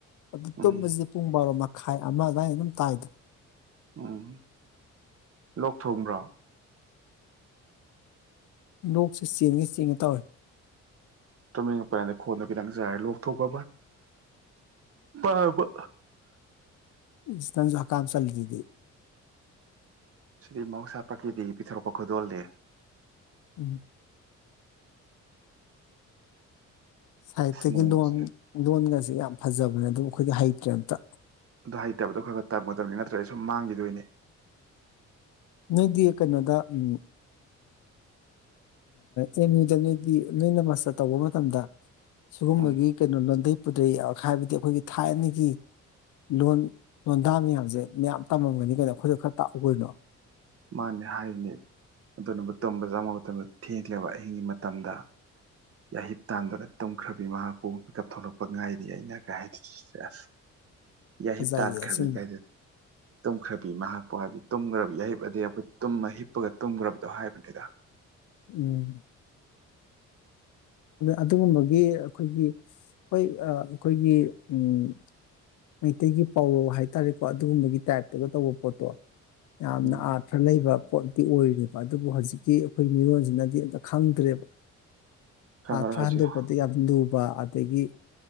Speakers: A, on the left; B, on the right.
A: ꯑꯗꯨ
B: ꯎꯝ
A: ꯇꯨꯝꯕꯁꯤꯗꯤ ꯄꯨꯡ ꯕꯥꯔꯣꯃ ꯈꯥꯏ ꯑꯃꯒꯥꯏ ꯑꯗꯨꯝ ꯇꯥꯏꯗ
B: ꯎꯝ ꯂꯣꯛ ꯊꯣꯡꯕ꯭ꯔꯥ
A: ꯂꯣꯛꯁ ꯆꯦꯡꯉꯦ ꯆꯦꯡꯉꯦ ꯇꯧꯏ
B: ꯇꯨꯃꯤꯡꯄꯔꯗ ꯈꯣꯟꯗ ꯈꯤꯇꯪ ꯆꯔꯦ ꯂꯣꯛꯊꯣꯛꯄ ꯄꯕ
A: ꯏꯁꯇꯟꯖ ꯍ ꯀꯥꯝ ꯆꯜꯇꯗꯤ
B: ꯁꯤꯗꯤ ꯃꯍꯧꯁꯥ ꯄ꯭ꯔꯀꯤꯇꯤꯒꯤ ꯄꯤꯊꯣꯔꯛꯄ ꯈꯨꯗꯣꯜꯅꯤ
A: ꯎꯝ ꯁꯥꯏꯠꯇꯒꯤ
B: ꯅꯣꯡꯁꯦ
A: ꯂꯣꯟ ꯂꯣꯟꯒꯁꯦ ꯌꯥꯝ ꯐꯖꯕꯅꯦ ꯑꯗꯨꯝ ꯑꯩꯈꯣꯏꯗꯤ ꯍꯩ ꯀꯝꯇꯥ
B: ꯑꯗꯨ ꯍꯩꯇꯕꯗꯣ ꯈꯔ ꯈꯔ ꯇꯝꯒꯗꯕꯅꯤ ꯅꯠꯇ꯭ꯔꯒ ꯑꯩ ꯁꯨꯝ ꯃꯥꯡꯈꯤꯗꯣꯏꯅꯦ
A: ꯅꯣꯏꯗꯤ ꯀꯩꯅꯣꯗ ꯎꯝ ꯑꯦꯝ ꯌꯨꯗ ꯅꯣꯏꯗꯤ ꯅꯣꯏꯅ ꯃꯥꯁꯇꯔ ꯇꯧꯕ ꯃꯇꯝꯗ ꯁꯤꯒꯨꯝꯕꯒꯤ
B: ꯎꯝ
A: ꯀꯩꯅꯣ ꯂꯣꯟꯗꯩ ꯗꯩ ꯍꯥꯏꯕꯗꯤ ꯑꯩꯈꯣꯏꯒꯤ ꯊꯥꯏꯅꯒꯤ ꯂꯣꯟ ꯂꯣꯟꯗꯥ ꯃꯌꯥꯝꯁꯦ ꯃꯌꯥꯝ ꯇꯝꯃꯝꯒꯅꯤ ꯀꯩꯅꯣ ꯑꯩꯈꯣꯏꯗ ꯈꯔ ꯇꯥꯛꯎ ꯀꯩꯅꯣ
B: ꯃꯥꯅꯦ ꯍꯥꯏꯔꯤꯅꯦ ꯑꯗꯨꯅꯕꯨ ꯇꯨꯝꯕ ꯆꯪꯕ ꯃꯇꯝꯗ ꯊꯦꯡꯕ ꯑꯍꯤꯡꯒꯤ ꯃꯇꯝꯗ ꯌꯥꯍꯤꯞ ꯇꯥꯟꯗꯨꯅ ꯇꯨꯝꯈ꯭ꯔꯕꯤ ꯃꯍꯥꯛꯄꯨ ꯃꯤꯀꯞ ꯊꯣꯛꯂꯛꯄ ꯉꯥꯏꯔꯤ ꯑꯩꯅ ꯀꯥꯏ ꯍꯥꯏꯗ ꯁꯦꯁ ꯌꯥꯍꯤꯞ
A: ꯐꯖꯩꯌꯦ
B: ꯇꯥꯟꯈ꯭ꯔꯕꯤ
A: ꯑꯁꯦꯡꯕ
B: ꯀꯥꯏꯗꯤ ꯇꯨꯝꯈ꯭ꯔꯕꯤ ꯃꯍꯥꯛ ꯄ ꯍꯥꯏꯕꯗꯤ ꯇꯨꯝꯒ꯭ꯔꯕꯤ ꯌꯥꯍꯤꯞ ꯍꯥꯏꯗꯤ ꯑꯩꯈꯣꯏ ꯇꯨꯝꯃ ꯍꯤꯞꯄꯒ ꯇꯨꯝꯈ꯭ꯔꯕꯗꯣ ꯍꯥꯏꯕꯅꯤꯗ
A: ꯎꯨꯝ ꯑꯗꯨꯒꯨꯝꯕꯒꯤ ꯑꯩꯈꯣꯏꯒꯤ ꯍꯣꯏ ꯑꯩꯈꯣꯏꯒꯤ ꯎꯨꯝ ꯃꯩꯇꯩꯒꯤ ꯄꯥꯎꯔꯧ ꯍꯥꯏꯇꯥꯔꯦꯀꯣ ꯑꯗꯨꯒꯨꯝꯕꯒꯤ ꯇꯥꯏꯞꯇꯒ ꯇꯧꯕ ꯄꯣꯠꯇꯣ ꯌꯥꯝꯅ
B: ꯎꯝ
A: ꯑꯥꯔꯊ ꯂꯩꯕ ꯄꯣꯠꯇꯤ ꯑꯣꯏꯔꯦꯕ ꯑꯗꯨꯕꯨ ꯍꯧꯖꯤꯛꯀꯤ ꯑꯩꯈꯣꯏ ꯃꯤꯔꯣꯟꯁꯤꯅꯗꯤ ꯑꯝꯇ ꯈꯪꯗ꯭ꯔꯦꯕ
B: ꯈꯪꯉꯔꯣꯏ
A: ꯑꯥꯔꯊ꯭ꯔꯥ
B: ꯍꯧꯖꯤꯛ
A: ꯍꯟꯗꯣꯛꯄꯗ ꯌꯥꯝꯅ ꯂꯨꯕ ꯑꯗꯒꯤ